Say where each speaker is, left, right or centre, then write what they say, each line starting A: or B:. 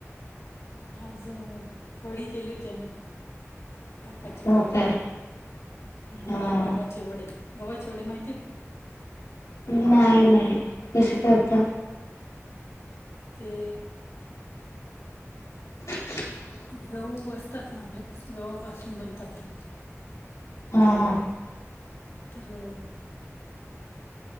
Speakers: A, on the left; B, on the left.
A: आज अ कढी केली होती आम्ही. ताकाची
B: हो
A: कढी
B: काय
A: आणि
B: हा
A: गव्हाचे वडे. गव्हाचे वडे माहितीये?
B: नाही-नाही कसे करता?
A: ते
B: <unintelligible>
A: गहू असतात ना आपले गव्हापासून बनतात ते.
B: हा-हा.
A: तर अं.